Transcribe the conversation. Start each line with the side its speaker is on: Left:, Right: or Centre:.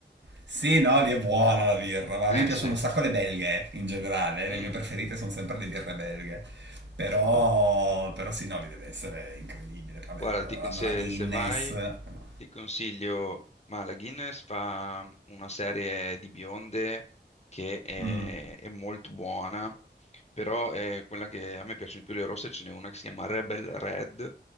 Right: Sì, no, lì è buona la birra, ma
Left: Eh
Right: a me piacciono
Left: sì,
Right: un
Left: sì.
Right: sacco le belghe in generale,
Left: Mm.
Right: le mie preferite sono sempre le birre belghe. Però,
Left: Oh,
Right: però sì, no, lì deve essere incredibile. Vabbè,
Left: Guarda, ti con-
Right: hanno
Left: se,
Right: la Guinness.
Left: se vai.
Right: però-
Left: Ti consiglio, ma la Guinness fa una serie di bionde che è,
Right: Mm.
Left: è molto buona, però è quella che a me piacciono di più le rosse, ce n'è una che si chiama Rebel Red,